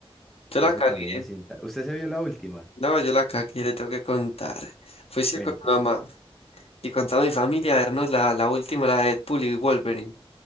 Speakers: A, on the left; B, in the centre.
A: Yo
B: Eso
A: la cagué.
B: también es cinta. ¿Usted se vio la última?
A: No, yo la cagué, le tengo que contar. Fuiste
B: Cuente.
A: con mi mamá y con toda mi familia a vernos la, la última, la de Deadpool y Wolverine.